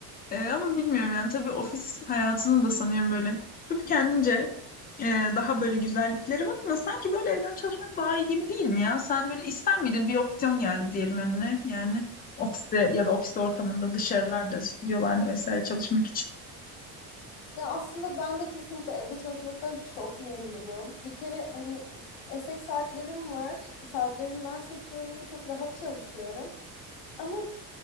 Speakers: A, on the left; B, on the left.
A: Ee, ama bilmiyorum yani tabii ofis hayatının da sanıyorum böyle Hep kendince e, daha böyle güzellikleri var ama sanki böyle evden çalışmak daha iyi gibi değil mi ya? Sen böyle ister miydin bir opsiyon geldi diyelim önüne yani ofiste ya da ofis ortamında dışarılarda, stüdyolarda vesaire çalışmak için.
B: Ya aslında ben de kesinlikle evde çalışmaktan çok memnunum. Bir kere hani esek saatlerim var. Saatlerimi ben seçiyorum ve çok rahat çalışıyorum. Ama